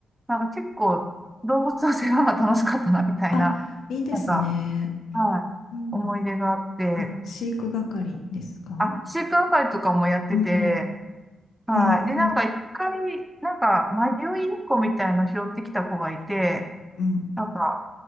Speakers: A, in the centre; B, on the left.
A: なんか結構動物の世話が楽しかったな、みたいな、
B: あ、いいですね。
A: なんか、はい。
B: うん。
A: 思い出があって、
B: あ、飼育係ですか
A: あ、習慣会とかもやってて、
B: うんうん。
A: はい。
B: えー、
A: で、なんか一回、なんか迷いインコみたいの拾ってきた子がいて、
B: うん、うん
A: なんか、